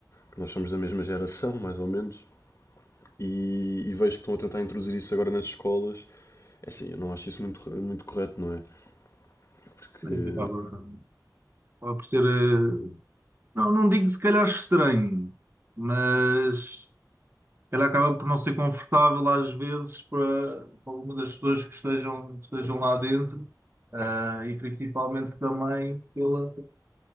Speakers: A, on the left; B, on the right.
A: que nós somos da mesma geração, <laughs> mais ou menos, e, e vejo que estão a tentar introduzir isso agora nas escolas. É assim, eu não acho isso muito, muito correto, não é? Porque,
B: Mas Acaba, acaba por ser, eh, não, não digo se calhar estranho, mas. ele acaba por não ser confortável às vezes para, para alguma das pessoas que estejam, que estejam lá dentro, ah, e principalmente também pela,